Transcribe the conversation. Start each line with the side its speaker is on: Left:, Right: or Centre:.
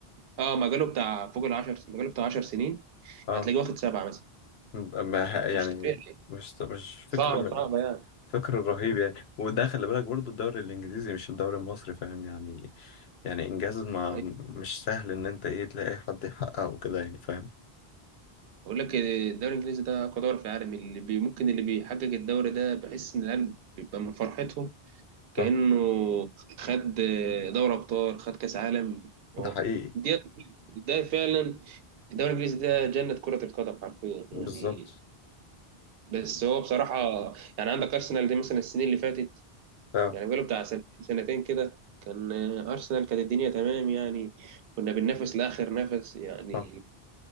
Right: اه مجاله بتاع فوق العشر مجاله بتاع 10 سنين
Left: اه
Right: هتلاقيه واخد سبعه مثلا
Left: ما ه- يعني
Right: مش طبيعي
Left: مش مش فكر
Right: صعبه
Left: من
Right: صعبه يعني
Left: فكر رهيب يعني وده خلي بالك برضو الدوري الانجليزي مش الدوري المصري فاهم يعني يعني انجاز ما
Right: أيوة.
Left: مش سهل ان انت ايه تلاقي حد يحققه كده يعني فاهم
Right: بقول لك الدوري الانجليزي ده اقوى دوري في العالم اللي بي ممكن اللي بيحقق الدوري ده بحس ان العيال بيبقى من فرحتهم كانه
Left: صح
Right: خد دوري ابطال خد كاس عالم هو
Left: ده حقيقي
Right: دي ده فعلا الدوري الانجليزي ده جنه كره القدم حرفيا يعني
Left: بالظبط
Right: بس هو بصراحة يعني عندك أرسنال دي مثلا السنين اللي فاتت
Left: اه
Right: يعني بقاله بتاع سنتين سنتين كده كان آه، أرسنال كانت الدنيا تمام يعني كنا بننافس لآخر نفس يعني
Left: صح